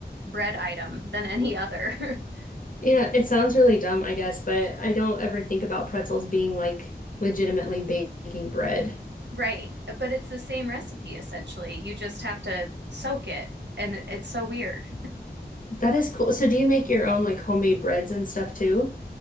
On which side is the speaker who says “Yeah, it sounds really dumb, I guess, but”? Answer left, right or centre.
Left